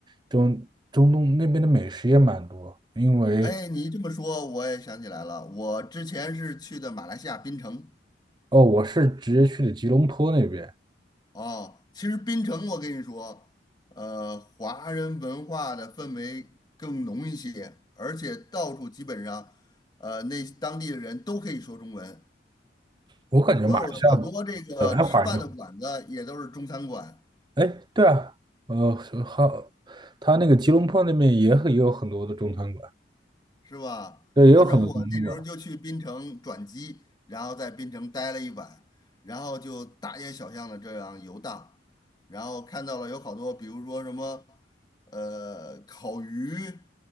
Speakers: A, on the right (about 25°); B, on the left (about 25°).
A: 中中东那边的美食也蛮多。因为
B: 哎，你这么说，我也想起来了，我之前是去的马来西亚槟城。
A: 哦，我是直接去的吉隆坡那边，
B: 哦，其实槟城，我跟你说，呃，华人文化的氛围更浓一些，而且到处基本上，呃，那当地的人都可以说中文，
A: 我感觉马来西亚
B: 所有的好多这个吃饭的馆子也都是中餐馆。
A: 本来华人就很，哎，对啊，呃，好，他那个吉隆坡那边也很也有很多的中餐馆，
B: 是吧？
A: 对，也有很多中餐馆。
B: 反正我那时候就去槟城转机，然后在槟城待了一晚，然后就大街小巷的这样游荡，然后看到了有好多，比如说什么，呃，烤鱼，